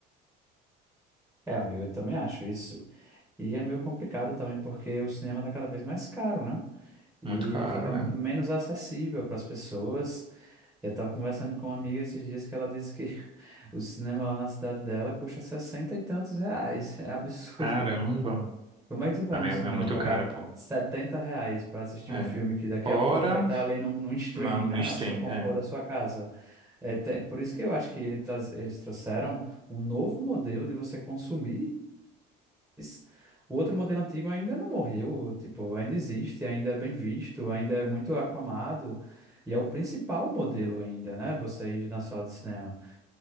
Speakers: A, in the centre; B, on the right (about 25°).
A: É, amigo, eu também acho isso. E é meio complicado também, porque o cinema está cada vez mais caro, né? e
B: Muito caro,
A: fica menos
B: é.
A: acessível para as pessoas. Eu estava conversando com uma amiga esses dias que ela disse que <laughs> o cinema lá na cidade dela custa 60 e tantos reais. É absurdo.
B: Caramba.
A: Como é que você vai
B: Não,
A: no
B: é,
A: cinema
B: é muito
A: pagar
B: caro, pô.
A: 70 reais para assistir
B: É.
A: um filme que daqui
B: Fora
A: a pouco vai estar ali num, num streaming,
B: na- no
A: né?
B: stream,
A: na- No conforto
B: é.
A: da sua casa. É, tem- por isso que eu acho que ele traz, eles trouxeram um novo modelo de você consumir mas O outro modelo antigo ainda não morreu, tipo, ainda existe, ainda é bem visto, ainda é muito aclamado, e é o principal modelo ainda, né? Você ir na sala de cinema.